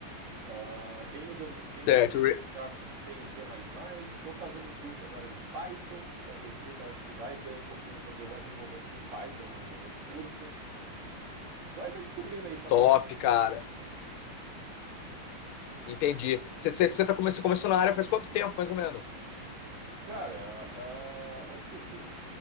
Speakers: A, on the right; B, on the left.
A: Ah, tenho, domi- tenho
B: Certo.
A: um bom domínio
B: Re-
A: já com C e C++. Estou fazendo um curso agora de Python, que a princípio acho que vai ter um pouquinho sobre web desenvolvimento com Python no- nesse curso. Tô ainda descobrindo aí para
B: Top,
A: qual área que eu vou.
B: cara.
A: tá ligado?
B: Entendi. Você, você, você, tá come- você começou na área faz quanto tempo, mais ou menos?
A: Cara, ah, acho que assim,